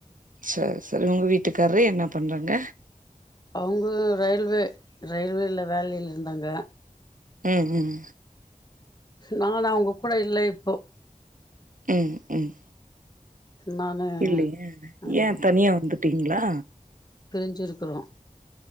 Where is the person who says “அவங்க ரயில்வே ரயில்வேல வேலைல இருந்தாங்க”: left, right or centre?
Left